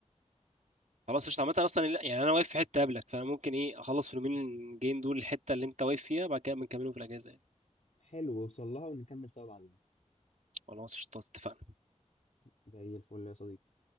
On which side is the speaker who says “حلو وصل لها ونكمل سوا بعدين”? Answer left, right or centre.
Left